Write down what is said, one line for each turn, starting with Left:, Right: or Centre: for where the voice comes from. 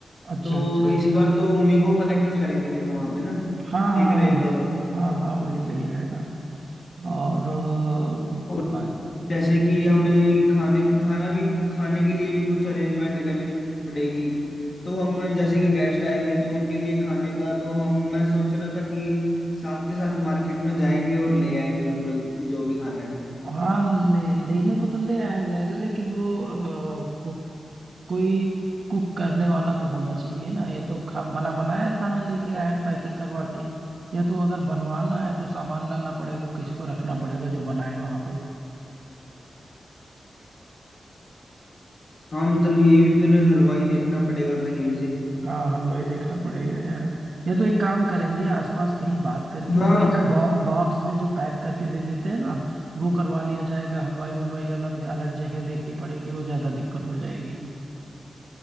Right: अच्छा
Left: तो
Right: अच्छा
Left: इस बार तो उन्हीं को फाइनल करेंगे फिर वहां पे ना
Right: हाँ
Left: ठीक
Right: हाँ
Left: रहेगा
Right: हाँ
Left: वो
Right: हाँ हाँ वही सही रहेगा और अ,
Left: और
Right: बाकी
Left: जैसे कि हमें खाने खाना भी खाने के लिए भी कुछ अरेंजमेंट करनी पड़ेगी तो हम जैसे कि गेस्ट आएंगे तो उनके लिए खाने का तो हम मैं सोच रहा था कि साथ के साथ मार्केट में जाएंगे और ले आएंगे मतलब जो भी खाना है
Right: हाँ ले लेने को तो ले आया जाएगा लेकिन वो कोई कुक करने वाला तो होना चाहिए ना ये तो खा बना बनाया खाना लेके आए हैं पैकिंग करवा के या तो अगर बनवाना है तो सामान लाना पड़ेगा किसी को रखना पड़ेगा जो बनाए वहां पे
Left: हाँ मतलब ये भी फिर हलवाई देखना पड़ेगा कहीं भी से
Right: हाँ हलवाई देखना पड़ेगा यार या तो एक काम करेंगे आसपास कहीं बात करके
Left: हाँ
Right: वो जो बॉ, बॉक्स में जो पैक करके दे देते हैं ना वो करवा लिया जाएगा हलवाई वलवाई वाला फिर अलग जगह देखनी पड़ेगी वो ज्यादा दिक्कत हो जाएगी